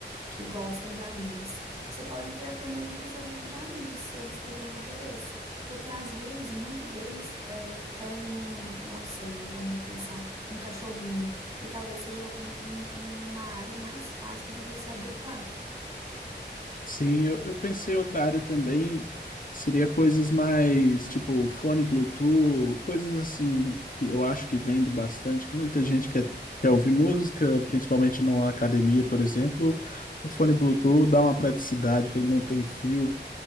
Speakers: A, on the right; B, on the left.
A: que gostam de animes. Você pode ver até mesmo com seu grupo de amigos se eles teriam interesse, porque às vezes muito deles é, tem, não sei, vamos pensar, um cachorrinho, e talvez seja um- um- uma área mais fácil de você adentrar.
B: Sim, eu, eu pensei outra área também, seria coisas mais tipo fone Bluetooth, coisas assim que eu acho que vende bastante. Muita gente quer, quer ouvir música, principalmente na academia, por exemplo. O fone Bluetooth dá uma praticidade que ele não tem fio.